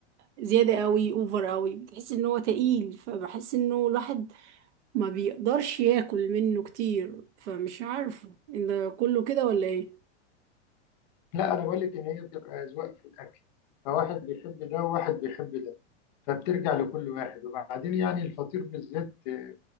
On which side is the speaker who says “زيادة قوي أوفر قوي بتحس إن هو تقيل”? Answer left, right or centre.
Right